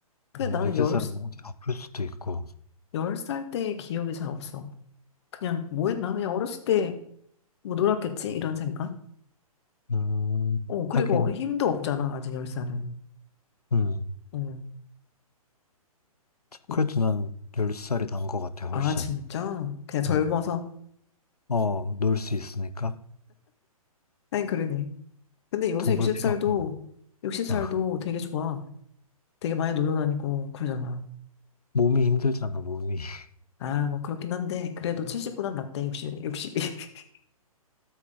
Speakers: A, on the left; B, on the left.
A: 근데
B: 뭐,
A: 나는
B: 60살은
A: 열
B: 뭐 어디 아플 수도 있고.
A: 열 10살 때의 기억이 잘 없어. 그냥 뭐 했나? 그냥 어렸을 때 뭐 놀았겠지? 이런 생각?
B: 음,
A: 어, 그리고
B: 하긴,
A: 힘도 없잖아, 아직 열 살은.
B: 음.
A: 응. 이-
B: 그래도 난 10살이 난 것 같아, 훨씬.
A: 아, 진짜? 그냥 젊어서?
B: 음. 어, 놀 수 있으니까
A: 하긴 그러네. 근데 요새
B: 돈 벌
A: 60살도,
B: 필요 없잖아.
A: 60살도
B: 아,
A: 되게 좋아. 되게 많이 놀러 다니고 그러잖아.
B: 몸이 힘들잖아, 몸이. <laughs>
A: 아, 뭐 그렇긴 한데, 그래도 70보단 낫대, 60, 육십이 <laughs>